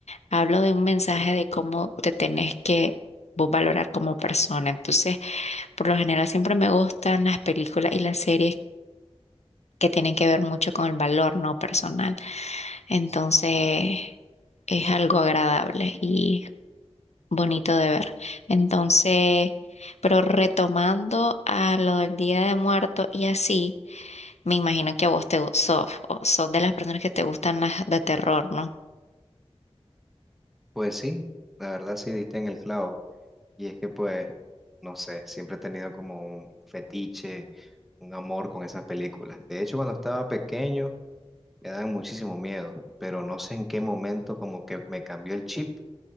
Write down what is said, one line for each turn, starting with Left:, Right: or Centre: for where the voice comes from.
Left: hablo de un mensaje de cómo te tenés que vos valorar como persona. Entonces, por lo general siempre me gustan las películas y las series que tienen que ver mucho con el valor no personal. Entonces, es algo agradable y bonito de ver. Entonces, pero retomando a lo del Día de Muertos y así. Me imagino que a vos te gu- sos, o sos de las personas que te gustan las de terror, ¿no?
Centre: Pues sí, la verdad sí diste en el clavo. Y es que pues, no sé, siempre he tenido como un fetiche un amor con esas películas. De hecho, cuando estaba pequeño me daban muchísimo miedo, pero no sé en qué momento como que me cambió el chip